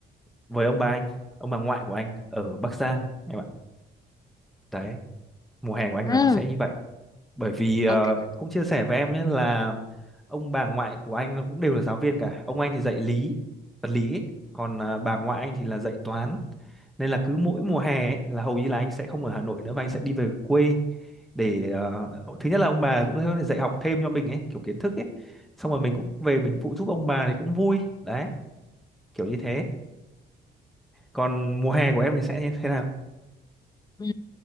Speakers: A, in the centre; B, on the left.
A: với ông bà anh, ông bà ngoại của anh ở Bắc Giang em ạ. Đấy, mùa hè của anh
B: Ừ,
A: là nó sẽ như vậy. bởi vì ờ,
B: ok
A: cũng chia sẻ với em nhé là ông bà ngoại của anh cũng đều là giáo viên cả ông anh thì dạy lý vật lý ấy. còn ờ, bà ngoại anh thì là dạy toán nên là cứ mỗi mùa hè ấy, là hầu như là anh sẽ không ở Hà Nội nữa và anh sẽ đi về quê để ờ, thứ nhất là ông bà cũng có thể dạy học thêm cho mình ấy kiểu kiến thức ấy xong rồi mình cũng về mình phụ giúp ông bà thì cũng vui đấy kiểu như thế còn mùa hè của em thì sẽ như thế nào
B: Ừ.